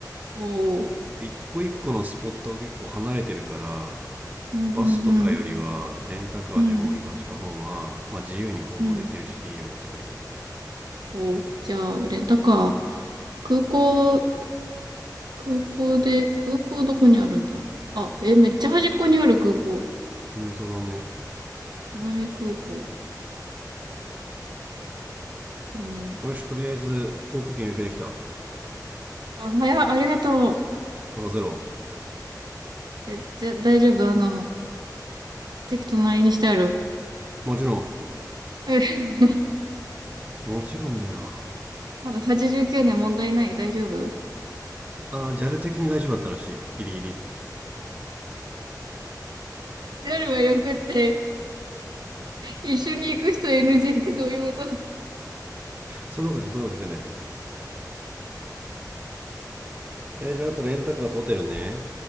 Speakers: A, on the right; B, on the right.
A: おー。
B: 一個一個のスポットが結構離れてるから、
A: うんうんうん。
B: バスとかよりはレンタカーでも移動した方が、
A: うん。
B: まあ、自由に行動できるしいいよって書いてる
A: うん。おー。じゃあ、レンタカー。空港空港で、空港どこにあるんだあ、え、めっちゃ端っこにある空港。
B: 本当だね
A: 奄美空港。でも、
B: よしとりあえず航空券予約できた
A: あ、早っ、ありがと
B: 任せろ
A: う。え、じゃ、大丈夫あの、席隣にしてある。
B: もちろん
A: <laughs>
B: もちろんだよ
A: え、は89年問題ない。大丈夫
B: ああジャル的に大丈夫だったらしいギリギリ
A: ?JAL はよくって、一緒に行く人 NG ってどういうこと
B: そんなこと言ってそんなこと言ってないえーじゃああとレンタカーとホテルね